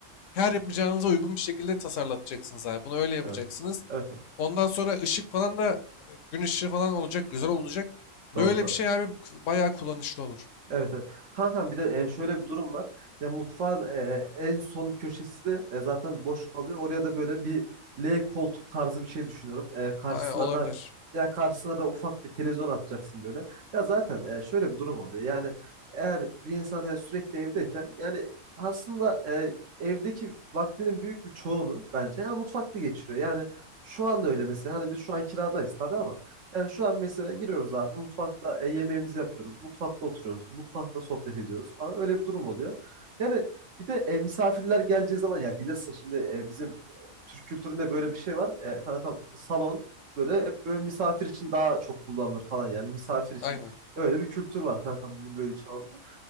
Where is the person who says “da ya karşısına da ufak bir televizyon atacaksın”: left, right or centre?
Right